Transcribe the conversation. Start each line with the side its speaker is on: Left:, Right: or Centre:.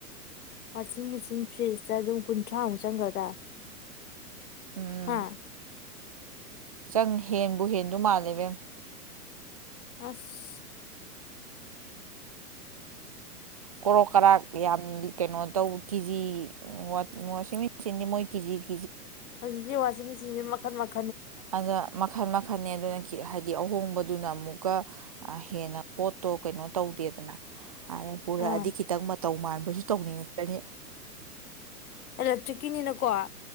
Left: ꯋꯥꯁꯤꯡ ꯃꯦꯆꯤꯟ ꯐ꯭ꯔꯤꯖꯗ ꯑꯗꯨꯝ ꯀꯨꯟꯊ꯭ꯔꯥꯃꯨꯛ ꯆꯪꯒꯗ꯭ꯔꯥ
Right: ꯎꯝ
Left: ꯍꯥ
Right: ꯆꯪ ꯍꯦꯟꯕꯨ ꯍꯦꯟꯗꯨ ꯃꯥꯜꯂꯦꯕꯦꯝ
Left: ꯑꯁ
Right: ꯀꯣꯔꯣꯛ ꯀꯔꯥꯛ ꯌꯥꯝ ꯀꯩꯅꯣ ꯇꯧ ꯀꯦꯖꯤ ꯋꯥ ꯃꯣꯁꯃꯤ ꯁꯤꯟꯗꯤꯃꯣꯏ ꯀ ꯖꯤꯒꯒꯤ
Left: ꯍꯧꯖꯤꯗꯤ ꯋꯥꯁꯤꯁꯤ ꯃꯛ ꯐꯃꯛ
Right: ꯑꯗ ꯃꯈꯜ ꯃꯈꯥ ꯐꯅꯦ ꯑꯗꯨꯅ ꯀꯤ ꯍꯥꯏꯗꯤ ꯑꯍꯣꯡꯕꯗꯨꯅ ꯑꯃꯨꯛꯀ ꯍꯦꯟꯅ ꯄꯣꯠꯇꯣ ꯀꯩꯅꯣ ꯇꯧꯗꯦꯗꯅ ꯑꯗ ꯄꯨꯔꯛꯑꯗꯤ
Left: ꯑꯥ
Right: ꯈꯤꯇꯪ ꯇꯧ ꯃꯥꯟꯕꯁꯨ ꯇꯧꯅꯤꯡꯉꯛꯀꯅꯤ
Left: <unintelligible> ꯇ꯭ꯔꯤꯛꯀꯤꯅꯤꯅꯀꯣ